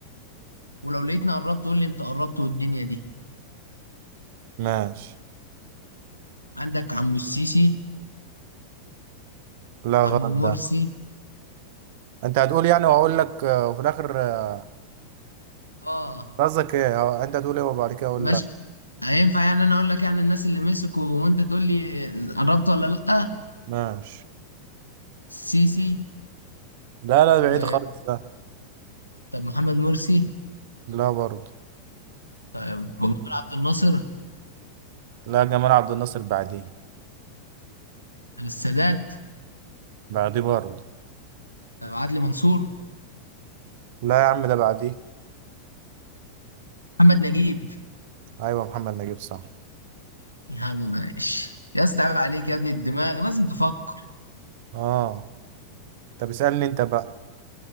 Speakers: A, on the left; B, on the right.
A: ولو لقيتني قربت قول لي انت قربت والدنيا دي
B: ماشي
A: عندك عمو السيسي
B: لا
A: عمو
B: غلط
A: مرسي
B: ده انت هتقول يعني واقول لك آه، وفي الاخر آه،
A: اه
B: قصدك ايه هو- انت هتقول ايه وبعد كده اقول
A: ماشي
B: لا
A: هينفع يعني انا اقول لك يعني الناس اللي مسكوا وانت تقول لي قربت ولا لا
B: ماشي
A: السيسي
B: لا لا
A: و
B: بعيد خالص ده
A: طب محمد مرسي
B: لا برضه
A: طب جمال عبد الناصر
B: لا جمال عبد الناصر بعديه
A: طب السادات
B: بعديه برضه
A: طب عدلي منصور
B: لا يا عم ده بعديه
A: محمد نجيب
B: ايوه محمد نجيب صح
A: يا عم ماشي يا اسطى عيب عليك يا ابني الدماغ لازم تفكر
B: اه طب اسألني انت بقى